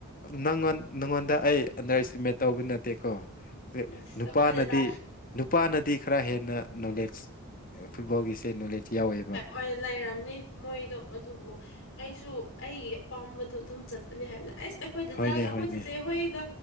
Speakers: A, on the left; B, on the left.
A: ꯅꯪꯉꯣꯟ ꯅꯪꯉꯣꯟꯗ ꯑꯩ ꯑꯟꯗꯔ ꯑꯦꯁꯇꯤꯃꯦꯠ ꯇꯧꯕ ꯅꯠꯇꯦꯀꯣ
B: ꯑꯁ
A: ꯅꯨꯄꯥꯅꯗꯤ
B: ꯑꯩꯈꯣꯏꯗꯗ
A: ꯅꯨꯄꯥꯅꯗꯤ ꯈꯔ ꯍꯦꯟꯅ ꯅꯣꯂꯦꯖ ꯐꯨꯠꯕꯣꯜꯒꯤꯁꯦ ꯅꯣꯂꯦꯖ ꯌꯥꯎꯋꯦꯕ
B: ꯍꯣꯏ ꯂꯩꯔꯝꯅꯤ ꯃꯣꯏꯗꯣ ꯑꯗꯨꯕꯨ ꯑꯩꯁꯨ ꯁꯨ ꯑꯩꯒꯤ ꯑꯄꯥꯝꯕꯗꯣ ꯑꯗꯨꯝ ꯆꯠꯄꯅꯦ ꯍꯥꯏꯕꯅ ꯑꯁ ꯑꯩꯈꯣꯏ ꯗꯗꯥꯒ
A: ꯍꯣꯏꯅꯦ
B: ꯑꯩꯈꯣꯏ
A: ꯍꯣꯏꯅꯦ
B: ꯆꯦꯆꯦ ꯍꯣꯏꯒ